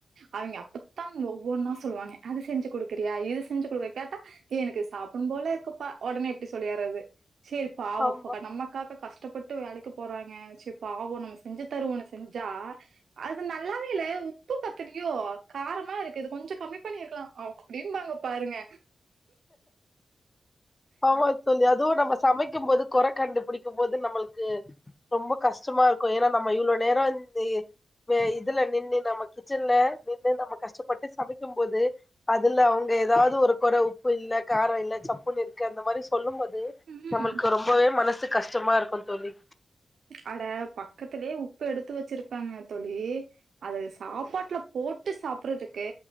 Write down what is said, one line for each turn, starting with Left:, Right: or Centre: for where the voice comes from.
Right: அவிங்க அப்பத்தா ஒவ்வொன்னா சொல்லுவாங்க அது செஞ்சு குடுக்குறியா இது செஞ்சு குடுக்குறியா கேட்டா எனக்கு சாப்பட்னு போல இருக்குப்பா ஒடனே இப்டி சொல்லிர்றது செரி பாவோப்பக்க
Left: ஆமா
Right: நம்ம காக கஷ்டப்பட்டு வேலைக்கு போறாங்க செரி பாவோ நம்ம செஞ்சு தருவோன்னு செஞ்சா அது நல்லாவே இல்ல உ உப்பு பத்தலயோ காரமா இருக்கு இது கொஞ்சோ கம்மி பண்ணிருக்கலா அப்டிம்பாங்க பாருங்க
Left: ஆமா தோழி அதுவு நம்ம சமைக்கு போது கொற கண்டுபிடிக்கு போது நம்மள்க்கு ரொம்ப கஷ்டமா இருக்கு ஏன்னா நம்ம இவ்ளோ நேரோ இந்து அ இதுல நின்னு நம்ம கிச்சன்ல நின்னு நம்ம கஷ்டப்பட்டு சமைக்கு போது அதுல அவுங்க ஏதாது ஒரு கொற உப்பு இல்ல காரோ இல்ல சப்புன்னு இருக் கு அந்த மாரி சொல்லு போது
Right: ம்
Left: நம்மள்க்கு ரொம்பவே மனசு கஷ்டமா இருக்கு தோழி
Right: அட பக்கத்லயே உப்பு எடுத்து வெச்சிருப்பங்க தோழி அத சாப்பாட்ல போட்டு சாப்பட்றதுக்கு